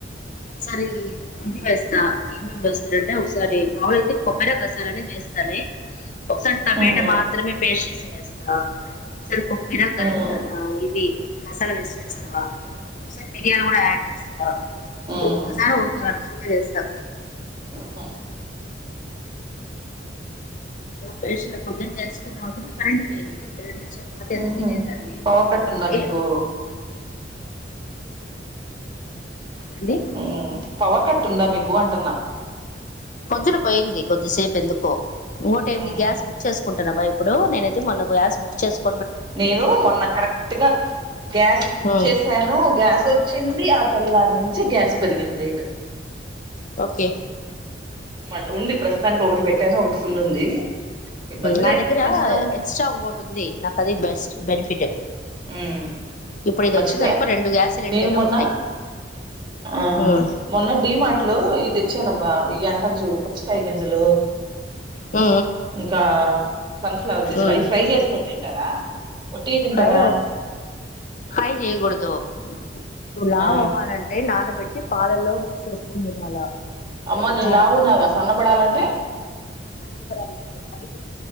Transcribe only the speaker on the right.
ఉమ్
ఉమ్
ఉమ్
ఆహ
ఉహు
పవర్ కట్ ఉందా
మీకు
ఊ పవర్ కట్టు ఉందా మీకు అంటున్నా
ఉమ్
నేను మొన్న కరెక్ట్గా గ్యాస్ బుక్
చేసాను గ్యాస్ వచ్చింది తెల్లరు నుంచే గ్యాస్ పెరిగింది రేట్
మళ్ ఉంది ప్రస్తుతానికి ఒకటి పెట్టాను ఒకటి ఫుల్ ఉంది ఇబ్బందిలే
ప్రస్తుతానికి
ఉమ్
మర్చిపోయా
నేను మొన్న
ఆ
మొన్న డి మార్ట్ లో ఇది వచ్చేన బా ఇ అంటను చూడు పుచ్చకాయ గింజలు
ఇంకా సన్ఫ్లవర్ గింజలవి
ఫ్రై చేసుకొని తింటారా ఒట్టిగా తింటారా
ఆ
అమ్మ
నే లావు ఉన్నాగా సన్నపడాలంటే